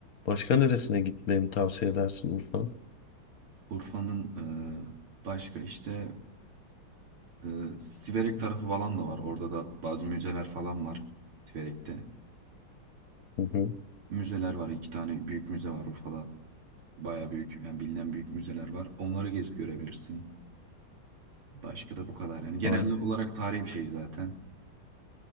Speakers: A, on the left; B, on the right.
A: Başka neresine gitmemi tavsiye edersin Urfa'nın?
B: Urfa'nın e, başka işte e, Siverek tarafı falan da var. Orada da bazı müzeler falan var Siverek'te.
A: Hı hı.
B: Müzeler var. iki tane büyük müze var Urfa'da. Baya büyük yani bilinen büyük müzeler var. Onları gezip görebilirsin. Başka da bu kadar yani. Genel
A: Aynen.
B: olarak tarihi bir şehir zaten.